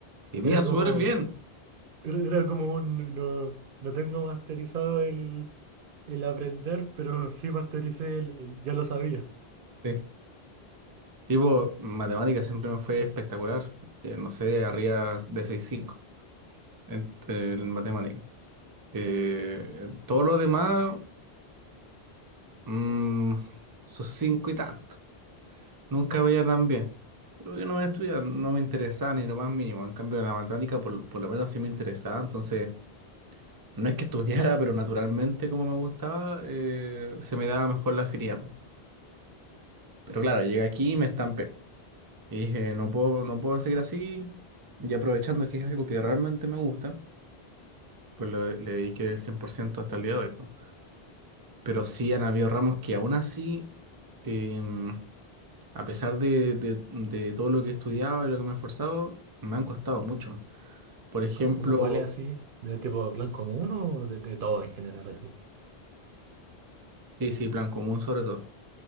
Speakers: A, on the right; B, on the right.
A: Y me
B: Era
A: iba súper
B: como.
A: bien.
B: Era era como un, no, no tengo masterizado el, el aprender, pero <laughs> sí mastericé el, el- ya lo sabía.
A: Sí. Tipo, matemáticas siempre me fue espectacular. eh, no sé, arriba de 6.5 en, en matemáticas. Eh, en todo lo demás, mm, sus cinco y tanto. Nunca veía tan bien. Creo que no me estudiaba, no me interesaba ni lo más mínimo. En cambio, la matemática por, por lo menos sí me interesaba. Entonces, no es que estudiara, <laughs> pero naturalmente como me gustaba, eh, se me daba mejor la afinidad. po. Pero claro, llegué aquí y me estampé. Y dije, no
B: Mm.
A: puedo, no puedo seguir así. Y aprovechando que es algo que realmente me gusta, pues le, le dediqué el 100% hasta el día de hoy. po. Pero sí han habido ramos que aún así, em, a pesar de, de- de todo lo que he estudiado y lo que me he esforzado, me han costado mucho. Por ejemplo,
B: como cómo cuál es así? ¿De tipo plan común o de, de todo en general así?
A: sí, sí, plan común sobre todo.